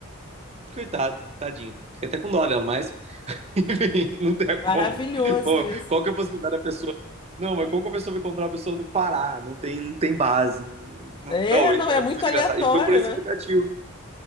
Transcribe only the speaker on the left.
Maravilhoso
isso.
É,
não, é muito
aleatório,
né?